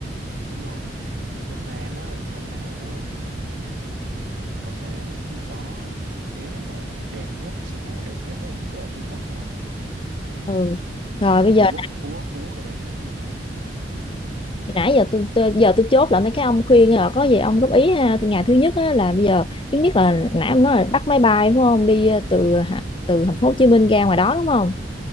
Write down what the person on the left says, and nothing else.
ừ rồi
bây
giờ
nãy giờ tôi, tôi giờ tôi chốt lại mấy cái ông khuyên rồi có gì ông góp ý ha Từ ngày thứ nhất á, là bây giờ thứ nhất là nãy ông nói là bắt máy bay đúng không đi ờ, từ Hà- từ thành phố Hồ Chí Minh ra ngoài đó đúng không